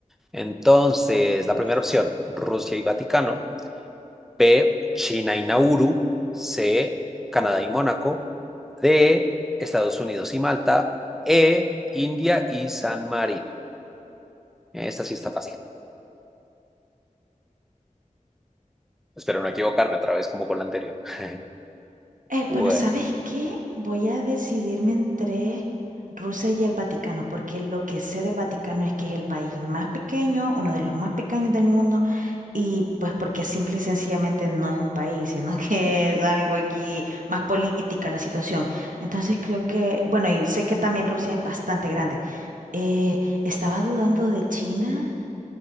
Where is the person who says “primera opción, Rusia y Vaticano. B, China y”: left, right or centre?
Centre